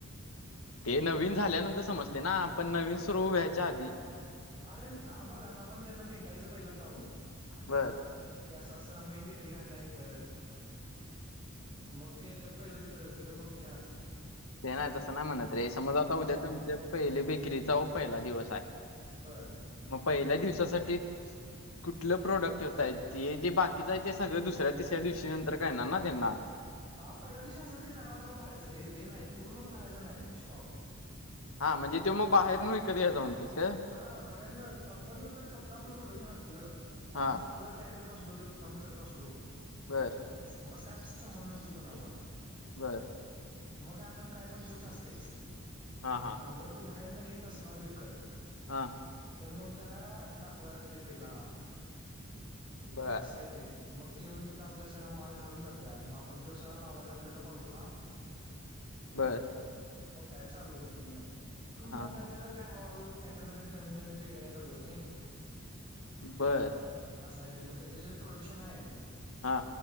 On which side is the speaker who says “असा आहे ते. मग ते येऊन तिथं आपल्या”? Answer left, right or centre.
Right